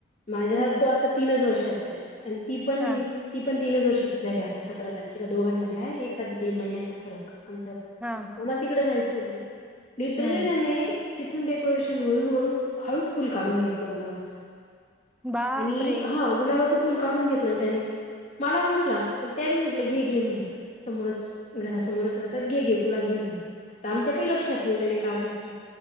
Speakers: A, on the left; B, in the centre.
A: माझ्या
B: हम्म
A: ह तो आता तीनच वर्षाचा आहे आणि ती पण
B: हा
A: ती पण तीनच वर्षाची झाली आता सतरा तारीख केला दोघांमध्ये आहे एखा दीड महिन्याचा फरक अंतर
B: हा, हा
A: तिकड जायचं होतं लिटरली
B: हम्म
A: त्यानी तिथून डेकोरेशन वरून, वरून हळूच फुल काढून घेतलं गुलाबाच
B: बापरे
A: आणि हा गुलाबाच फुल काढून घेतलं त्याने मला म्हटला मी म्हटलं घे, घे म्हणे समोरच घरासमोरच राहतात घे गे तुला घे म्हणे आता आमच्या काही लक्षात नाही त्याने का घेतलं